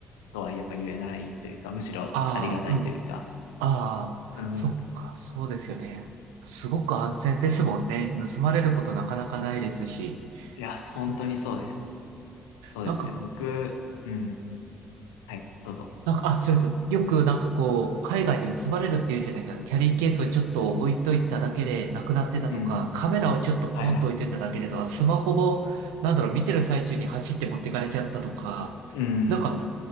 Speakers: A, on the left; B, on the right.
A: とはやっぱ言えないというか、むしろありがたいというか。
B: ああ、うん。ああ、
A: うん。
B: そっか、そうですよね。すごく安全ですもんね。盗まれることなかなかないですし。
A: いや、本当にそうです。
B: そうですね。
A: そうですね。
B: なんか、
A: 僕、うん。はい、どうぞ。
B: なんか、あ、すいません。よくなんかこう、海外で盗まれるっていうじゃないけど、キャリーケースをちょっと置いといただけでなくなってたとか、
A: うん。
B: カメラをちょっとポンと置いてただけでとか、
A: はいはい。
B: スマホも、なんだろう、見てる最中に走って持ってかれちゃったとか、
A: うん。
B: なんか、